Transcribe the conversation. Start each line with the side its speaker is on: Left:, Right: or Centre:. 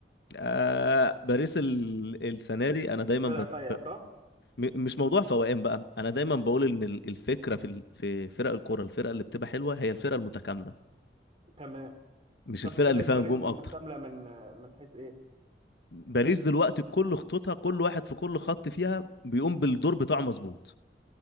Left: آه باريس ال... السنه دي انا دايما
Right: فرقة
Left: بت...
Right: فايقة
Left: ب...
Right: صح
Left: م... مش موضوع فوقان بقى انا دايما بقول ان ال- الفكره في ال... في فرق الكوره الفرقه اللي بتبقى حلوه هي الفرقه المتكامله
Right: تمام
Left: مش
Right: طب
Left: الفرقه
Right: فرقة
Left: اللي
Right: باريس
Left: فيها نجوم
Right: متكاملة
Left: اكتر
Right: من من حيث ايه
Left: باريس دلوقتي كل خطوطها كل واحد في كل خط فيها بيقوم بالدور بتاعه مظبوط